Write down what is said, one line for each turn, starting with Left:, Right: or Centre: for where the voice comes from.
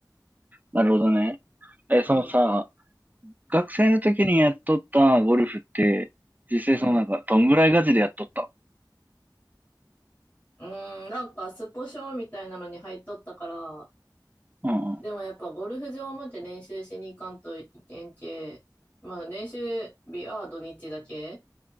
Right: なるほどね。え、そのさ、
Left: うん、
Right: 学生の時にやっとったゴルフって、実際そのなんか、
Left: うん。
Right: どんぐらいガチでやっとった
Left: うーん、なんかスポ少みたいなのに入っとったから、
Right: うんうん。は
Left: でもやっぱゴルフ場まで練習しに行かんといけんけ、まあ練習日は土日だけ。